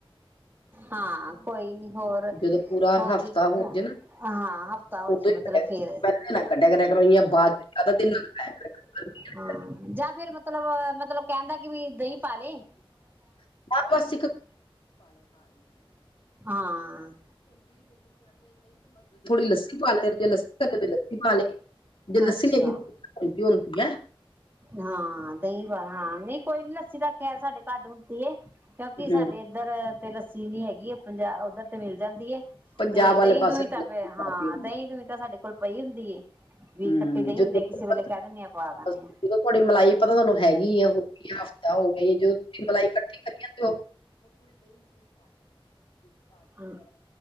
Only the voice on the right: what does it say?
ਹਾਂ, ਕੋਈ ਨੀ ਹੋਰ
ਹੋਰ,
ਕੀ
ਹਾਂ ਹਫ਼ਤਾ ਹੋਜੇ
ਮਤਲਬ,
ਫੇਰ
ਹਾਂ, ਜਾਂ ਫੇਿਰ ਮਤਲਬ ਮਤਲਬ ਕਹਿੰਦਾ, ਕਿ ਮਤਲਬ ਵੀ ਦਹੀਂ ਪਾ ਲਈ
ਹਾਂ
ਅੱਛਾ
ਹਾਂ ਦਹੀਂ ਪਾ ਕੋਈ ਨੀ ਲੱਸੀ ਦਾ ਖੈਰ, ਸਾਡੇ ਘਰ ਹੁੰਦੀ ਹੈ। ਕਿਉਂਕਿ,
ਸਾਡੇ ਇੱਧਰ ਤੇ, ਲੱਸੀ ਨੀ ਹੈਗੀ ਹੈ, ਪੰਜਾਬ ਉੱਧਰ ਤੇ, ਮਿਲ ਜਾਂਦੀ ਹੈ।
ਤੇ,
ਦਹੀਂ
ਦੂਹੀਂ,
ਹਾਂ
ਦਹੀਂ ਦੂਹੀਂ ਤਾਂ, ਸਾਡੇ ਕੋਲ ਪਈ ਹੁੰਦੀ ਹੈ ਵੀ
ਖੱਟੀ ਦਈ
ਹੁੰਦੇ, ਕਿਸੇ ਵੇਲੇ ਕਹਿ ਦਿੰਦੇਾਂ ਪਾ ਦਦੇ
ਹਾਂ।
ਆ